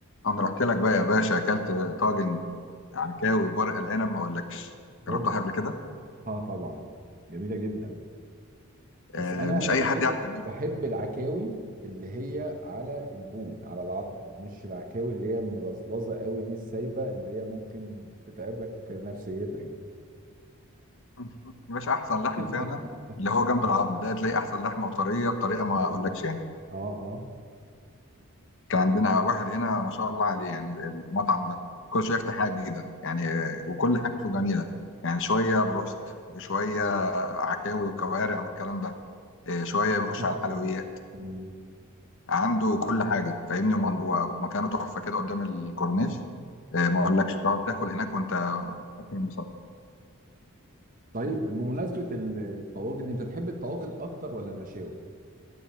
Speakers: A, on the left; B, on the right.
A: انا رحت لك بقى يا باشا اكلت طاجن عكاوي بورق العنب ما اقولكش جربتها
B: هوبا
A: قبل كده
B: اه طبعا جميله جدا بس
A: آه
B: انا
A: مش
B: انا
A: اي
B: بحب
A: حد يعرف يعملها
B: بحب العكاوي اللي هي على البون على العظم مش العكاوي اللي هي ملظلظه قوي دي السايبه اللي هي ممكن تتعب لك نفسيتك دي.
A: <laughs> يا باشا احسن لحم
B: <laughs>
A: فعلا اللي هو جنب العظم ده تلاقي احسن لحمه وطريه بطريقه ما
B: أيوة.
A: اقولكش يعني
B: اه اه
A: كان عندنا واحد هنا ما شاء الله عليه يعني المطعم ده كل شويه يفتح حاجه جديده يعني آه، وكل حاجته جميله يعني شويه بروست شويه عكاوي وكوارع والكلام ده آه، شويه بيخش
B: اكل مصري
A: على الحلويات
B: مم.
A: عنده كل حاجه فاهمني ومن- و- ومكانه تحفه كده قدام الكورنيش آه، ما اقولكش تقعد تاكل هناك وانت اكل انبساط
B: طيب بمناسبه ال- الطواجن انت تحب الطواجن اكتر ولا المشاوي